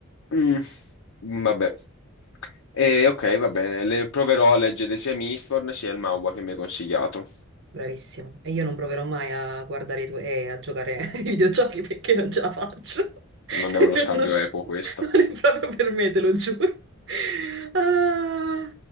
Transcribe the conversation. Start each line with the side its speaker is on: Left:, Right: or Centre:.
Left: Mm, Mm, vabbè. E ok, va bene. Le proverò a leggere sia Mistborn sia il manhwa che mi hai consigliato.
Right: Bravissimo. E io non proverò mai a guardare i tuoi, eh, a giocare <laughs> ai videogiochi perché non ce la faccio. <laughs>
Left: Non è uno scambio
Right: Non,
Left: equo questo.
Right: non è proprio per me, te lo giuro. Ah.